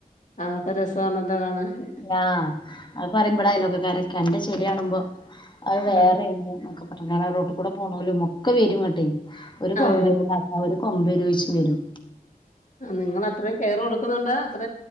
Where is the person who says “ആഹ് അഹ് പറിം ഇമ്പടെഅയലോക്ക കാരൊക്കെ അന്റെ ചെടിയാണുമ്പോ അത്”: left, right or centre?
Left